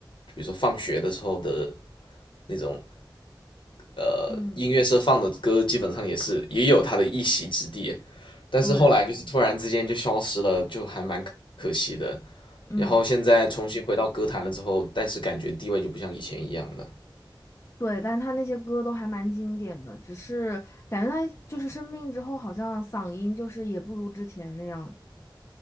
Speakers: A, on the left (about 75°); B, on the left (about 35°).
A: 比如说放学的时候的那种，呃，
B: 嗯，
A: 音乐社放的歌，基本上也是也有他的一席之地。但是后来就是突然之间就消失了，
B: 对，
A: 就还蛮可惜的。
B: 嗯，
A: 然后现在重新回到歌坛了之后，但是感觉地位就不像以前一样了。
B: 对，但他那些歌都还蛮经典的，只是感觉他就是生病之后，好像嗓音就是也不如之前那样。